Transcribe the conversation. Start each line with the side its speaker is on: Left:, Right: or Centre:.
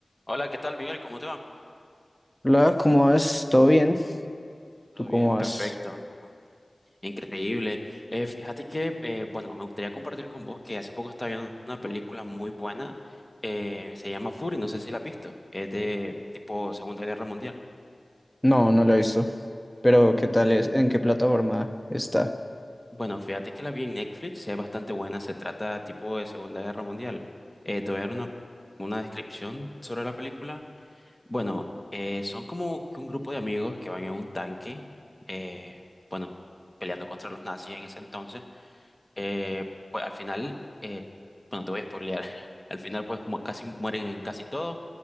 Left: Hola, ¿qué tal, Miguel? ¿Cómo te va?
Centre: Hola, ¿cómo vas? ¿Todo bien?
Left: Todo
Centre: ¿Tú cómo
Left: bien, perfecto.
Centre: vas?
Left: Increíble. Eh, fíjate que, eh, bueno, me gustaría compartir con vos que hace poco estaba viendo una película muy buena. eh, se llama Fury, no sé si la has visto. Es de tipo Segunda Guerra Mundial.
Centre: No, no la he visto. Pero ¿qué tal es? ¿En qué plataforma está?
Left: Bueno, fíjate que la vi en Netflix, es bastante buena. Se trata tipo de Segunda Guerra Mundial. Eh, te voy a dar una, una descripción sobre la película. Bueno, eh, son como que un grupo de amigos que van en un tanque, eh, bueno, peleando contra los nazis en ese entonces. Eh, pues al final, eh, bueno, te voy a spoilear. <laughs> Al final, pues mu- casi mueren en casi todos